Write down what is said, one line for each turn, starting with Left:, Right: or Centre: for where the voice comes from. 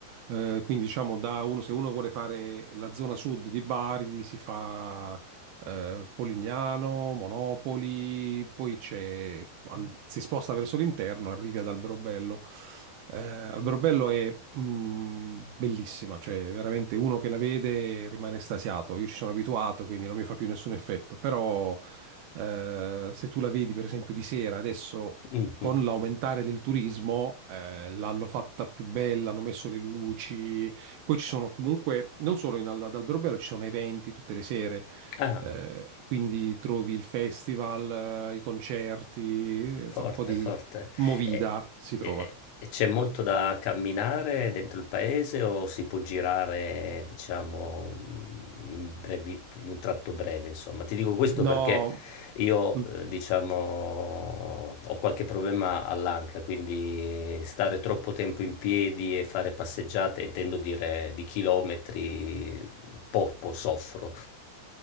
Right: Eh, quindi diciamo da uno, se uno vuole fare la zona sud di Bari, si fa eh, Polignano, Monopoli, poi c'è, an- si sposta verso l'interno, arrivi ad Alberobello. Eh, Alberobello è mm, bellissima, cioè veramente uno che la vede rimane estasiato. Io ci sono abituato, quindi non mi fa più nessun effetto, però eh, se tu la vedi per esempio di sera, adesso
Left: Mhm.
Right: con l'aumentare del turismo eh, l'hanno fatta più bella, hanno messo le luci, poi ci sono comunque, non solo in, ad Alberobello, ci sono eventi tutte le sere.
Left: Ah.
Right: Eh, quindi trovi il festival, eh, i concerti,
Left: Forte,
Right: insomma, un po' di
Left: forte.
Right: movida
Left: E,
Right: si trova.
Left: e- e c'è molto da camminare dentro il paese o si può girare, diciamo, mh, in brevi- in un tratto breve, insomma. Ti dico questo
Right: No,
Left: perché io,
Right: mm.
Left: eh, diciamo, ho qualche problema all'anca, quindi stare troppo tempo in piedi e fare passeggiate, intendo dire di chilometri, poco soffro.